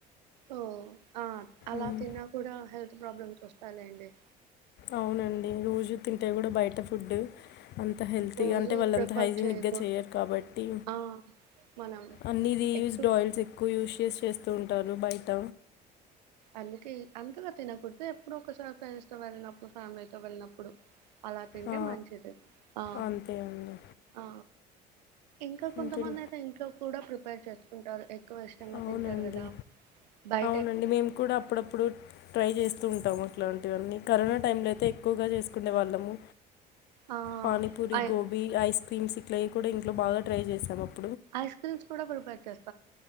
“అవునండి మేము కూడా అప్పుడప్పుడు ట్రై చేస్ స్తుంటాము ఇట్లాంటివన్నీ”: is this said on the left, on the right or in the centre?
Left